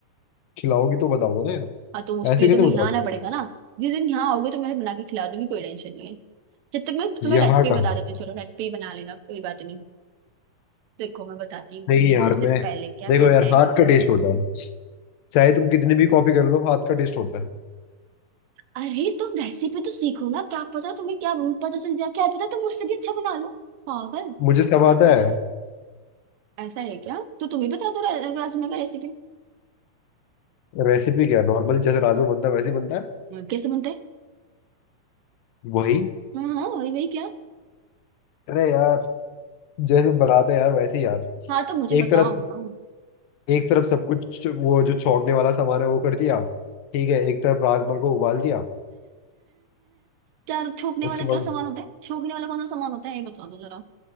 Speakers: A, on the left (about 80°); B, on the right (about 80°).
A: खिलाओगी तो बताऊंगा ना यार
B: हाँ तो उसके
A: ऐसे
B: लिए
A: कैसे
B: तुम्हें
A: बताओ
B: यहाँ आना पड़ेगा ना जिस दिन यहाँ आओगे तो मैं बना के खिला दूंगी कोई टेंशन नहीं है जब तक मैं तुम्हें
A: यहाँ
B: रेसिपी
A: का
B: बता देती हूँ चलो रेसिपी बना लेना कोई बात नहीं देखो मैं बताती हूँ
A: नहीं यार
B: सबसे
A: मैं
B: पहले क्या
A: देखो
B: करना
A: यार
B: है
A: हाथ का टेस्ट होता है चाहे तुम कितनी भी कॉपी कर लो हाथ का टेस्ट होता है
B: अरे तुम रेसिपी तो सीखो ना क्या पता तुम्हें क्या पता चल जाए क्या पता तुम मुझसे भी अच्छा बना लो पागल
A: मुझे सब आता है
B: ऐसा है क्या तो तुम ही बता दो रा- राजमा का रेसिपी
A: रेसिपी क्या है, नॉर्मल जैसे राजमा बनता है वैसे ही बनता है
B: कैसे बनता है
A: वही
B: हाँ हाँ वही वही क्या
A: अरे यार जैसे बनाते हैं यार वैसे ही यार
B: हाँ तो मुझे
A: एक
B: बताओ
A: तरफ
B: ना
A: एक तरफ सब कुछ वो जो छोंकने वाला सामान है वो कर दिया ठीक है एक तरफ राजमा को उबाल दिया
B: क्या छोकने
A: उसके
B: वाला क्या
A: बाद
B: सामान होता है छोकने वाला कौन सा सामान होता है ये बता दो जरा